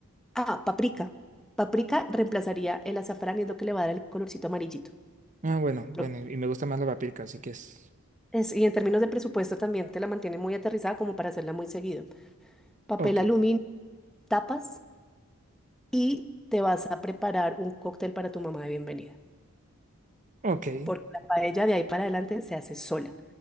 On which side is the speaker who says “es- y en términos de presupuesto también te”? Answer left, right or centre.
Centre